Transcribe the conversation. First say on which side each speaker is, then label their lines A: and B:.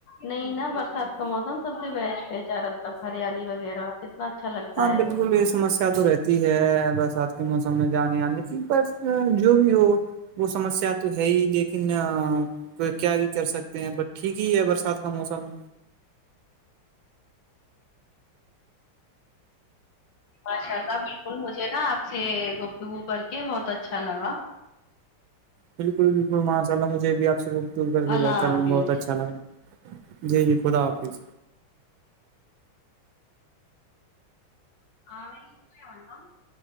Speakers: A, on the left; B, on the right.
A: نہیں نا برسات کا موسم سب سے بیسٹ ہے چارا طرف ہریالی وغیرہ کتنا اچھا لگتا
B: ہاں
A: ہے
B: بلکل یہ سمسیا شا تو رہتی ہے برسات کے موسم میں جانے آنے کی بس جو بھی ہو وہ سمسیا تو ہے ہی لیکن کو کیا بھی کر سکتے ہیں بٹ ٹھیک ہی ہے برسات کا موسم
A: ماشاء اللہ بالکل مجھے نا آپ سے گفتگو کر کے بہت اچھا لگا
B: بالکل بالکل ماشاء اللہ مجھے بھی آپ سے گفتگو کر کے
A: اللہ حافظ
B: بہت اچھا لگا جی جی خدا حافظ
A: <unintelligible>